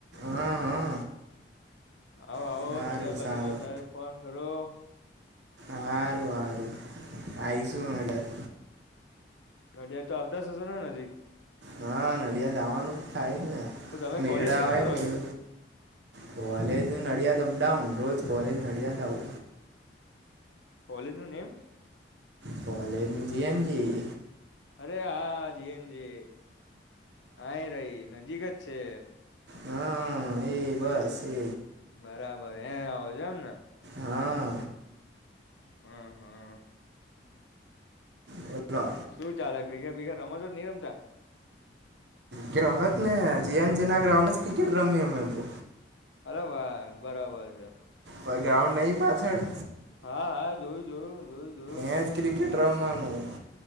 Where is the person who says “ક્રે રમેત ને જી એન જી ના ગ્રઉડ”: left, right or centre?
Right